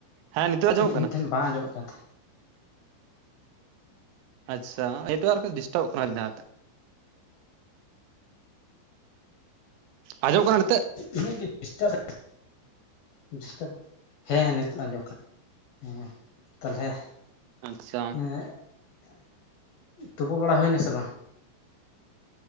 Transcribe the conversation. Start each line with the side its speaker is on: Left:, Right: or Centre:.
Right: ᱦᱮᱸ ᱱᱤᱛᱚᱜ ᱟᱸᱡᱚᱢᱚᱜ
Left: ᱤᱧ
Right: ᱠᱟᱱᱟ
Left: ᱴᱷᱮᱱ ᱵᱟᱝ ᱟᱸᱡᱚᱢᱚᱜ ᱠᱟᱱ ᱛᱟᱦᱮ,
Right: ᱟᱪᱷᱟ ᱱᱮᱴᱣᱚᱟᱨᱠ ᱰᱤᱥᱴᱟᱵᱚᱜ ᱠᱟᱱᱟ ᱢᱤᱫ ᱫᱷᱟᱣᱛᱮ, ᱟᱸᱡᱚᱢ ᱠᱟᱱᱟ ᱱᱤᱛᱚᱜ?
Left: ᱤᱱᱟᱹᱜ ᱜᱮ ᱰᱤᱥᱴᱟᱯ ᱦᱮᱸ ᱛᱟᱦᱮ ᱦᱮᱸ ᱱᱤᱛᱚᱜ ᱟᱸᱡᱚᱢᱚᱜ ᱟᱠᱟᱱᱟ, ᱦᱮᱸ ᱛᱟᱞᱦᱮ
Right: ᱟᱪᱪᱷᱟ
Left: ᱮᱸ ᱛᱩᱯᱩ ᱵᱟᱲᱟ ᱦᱩᱭᱱᱟ ᱥᱮ ᱵᱟᱝ?